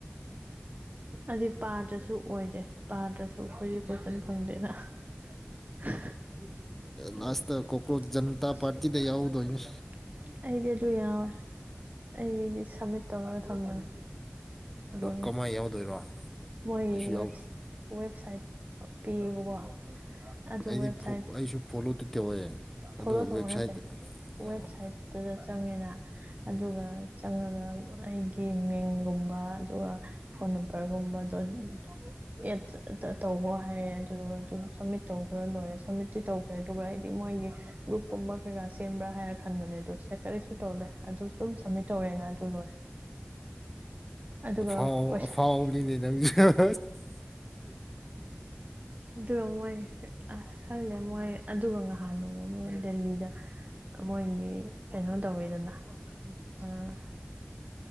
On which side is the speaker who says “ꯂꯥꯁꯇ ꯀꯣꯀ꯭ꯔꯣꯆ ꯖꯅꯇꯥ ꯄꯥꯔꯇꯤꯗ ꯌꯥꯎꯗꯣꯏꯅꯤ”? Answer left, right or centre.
Centre